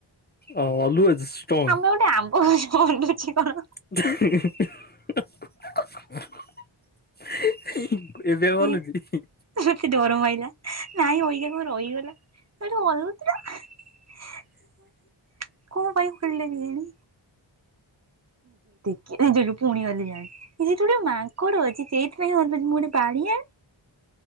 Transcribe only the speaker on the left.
ଅ ଅଲୁଏଜ୍। ଷ୍ଟଙ୍ଗ୍।
<unintelligible> <unintelligible> ଏବେ ଆଉ ହଲୁଚ଼ି?